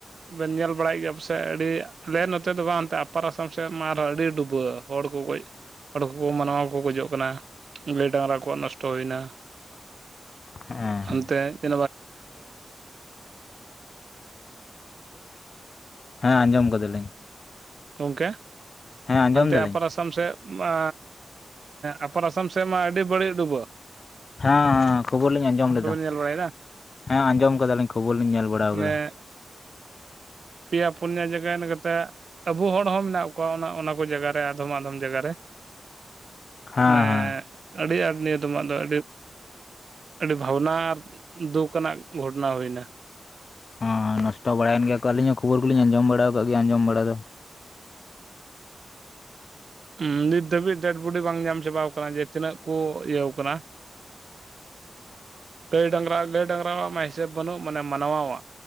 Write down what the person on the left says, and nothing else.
ᱦᱮᱸ᱾
ᱦᱮᱸ ᱟᱸᱡᱚᱢ ᱟᱠᱟ ᱫᱟᱞᱤᱧ᱾
ᱟᱸᱡᱚᱢ
ᱫᱟᱞᱤᱧ
ᱦᱮᱸ ᱦᱮᱸ ᱠᱷᱚᱵᱚᱨ ᱞᱤᱧ ᱟᱸᱡᱚᱢ ᱞᱮᱫᱟ
ᱦᱮᱸ ᱟᱸᱡᱚᱢ ᱟᱠᱟᱫᱟᱞᱤᱧ ᱠᱷᱚᱵᱚᱨ ᱞᱤᱧ ᱧᱮᱞ ᱵᱟᱲᱟᱣ ᱟᱠᱟᱫᱟ᱾
ᱦᱮᱸ
ᱦᱮᱸ
ᱦᱳᱭ ᱱᱚᱥᱴᱚ ᱵᱟᱲᱟᱭᱮᱱ ᱜᱮᱭᱟ ᱠᱚ ᱟᱹᱞᱤᱧ ᱦᱚᱸ ᱠᱷᱚᱵᱚᱨ ᱠᱚᱞᱤᱧ ᱟᱸᱡᱚᱢ ᱵᱟᱲᱟ ᱟᱠᱟᱫ ᱜᱮᱭᱟ ᱟᱸᱡᱚᱢ ᱵᱟᱲᱟ ᱫᱚ᱾